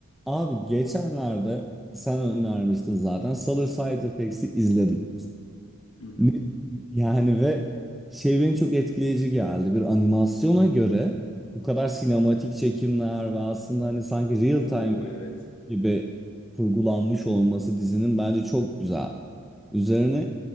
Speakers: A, in the centre; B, on the left.
A: Abi geçenlerde sen önermiştin zaten. Solar Side Effects'i izledim.
B: Hı hı.
A: Ne, yani ve şey beni çok etkileyici geldi. Bir animasyona göre bu kadar sinematik çekimler ve aslında hani sanki real
B: Oo
A: time
B: evet.
A: gibi kurgulanmış olması dizinin bence çok güzel. Üzerine